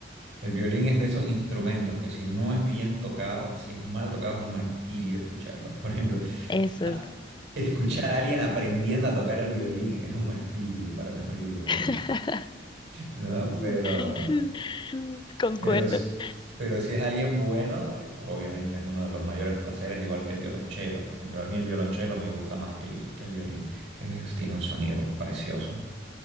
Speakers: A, on the right; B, on the left.
A: El violín es de esos instrumentos que si no es bien tocado, si es mal tocado es un martirio escucharlo. Por ejemplo,
B: Eso
A: a-
B: es.
A: escuchar a alguien aprendiendo a tocar el violín es un martirio para los oídos,
B: <laughs>
A: ¿sí? ¿no? Pero,
B: <laughs> Concuerdo.
A: pero, s- pero si es alguien bueno, eh, obviamente es uno de los mayores placeres, igual que el violonchelo, por ejemplo. A mí el violonchelo me gusta más que el, que el violín. Es- tiene un sonido precioso.